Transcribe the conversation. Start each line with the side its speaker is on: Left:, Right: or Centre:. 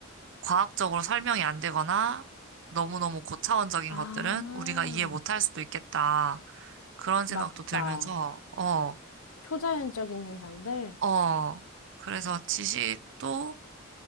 Right: 과학적으로 설명이 안 되거나 너무너무 고차원적인
Left: 아,
Right: 것들은 우리가 이해 못할 수도 있겠다. 그런 생각도
Left: 맞다.
Right: 들면서, 어,
Left: 초자연적인 현상들?
Right: 어. 그래서 지식도,